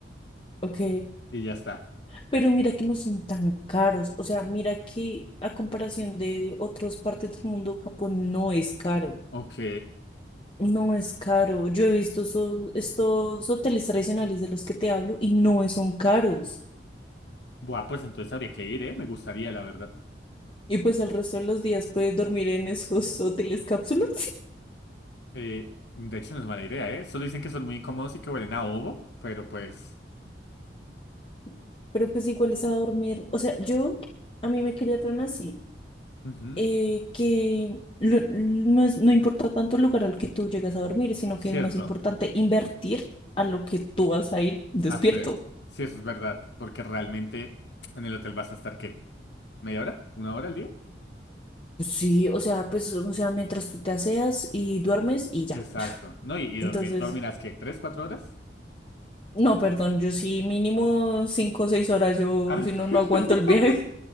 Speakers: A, on the left; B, on the left.
A: ok.
B: Y ya está.
A: Pero mira que no son tan caros. O sea, mira que a comparación de otras partes del mundo, Japón no es caro.
B: Ok.
A: No es caro. Yo he visto esos- estos hoteles tradicionales de los que te hablo y no son caros.
B: Buah, pues entonces habría que ir, ¿eh? Me gustaría, la verdad.
A: Y pues el resto de los días puedes dormir en <laughs> esos hoteles cápsulas.
B: Eh, de hecho, no es mala idea, ¿eh? Solo dicen que son muy incómodos y que huelen a ovo, pero pues...
A: <laughs> Pero pues igual es a dormir. O sea, yo, a mí me criaron así.
B: ujú,
A: eh, que lo- no es- no importa tanto el lugar al que tú llegas a dormir, sino
B: Cierto.
A: que es más importante invertir a lo que tú vas a ir despierto.
B: hacer. Sí, eso es verdad, porque realmente en el hotel vas a estar, ¿qué? ¿Media hora? ¿Una hora al día?
A: Sí, o sea, pues, o sea, mientras tú te aseas y duermes y ya.
B: Exacto. No, y, y
A: Entonces,
B: dormir, ¿dormirás qué? ¿Tres, cuatro horas?
A: no, perdón, yo sí mínimo cinco o seis horas, yo
B: Ah,
A: si no, no
B: <laughs>
A: aguanto el viaje,